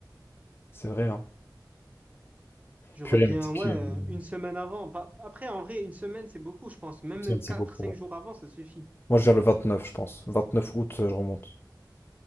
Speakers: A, on the left (about 30°); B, on the right (about 20°).
A: C'est vrai, hein.
B: Je
A: Purée,
B: reviens,
A: mais t'es que
B: ouais, euh,
A: une
B: une semaine avant. Pas- Après, en vrai, une semaine, c'est beaucoup, je pense. Même
A: semaine,
B: quatre,
A: c'est beaucoup.
B: cinq
A: hein.
B: jours avant, ça suffit.
A: Moi, je viens le 29, je pense. 29 août, euh, je remonte.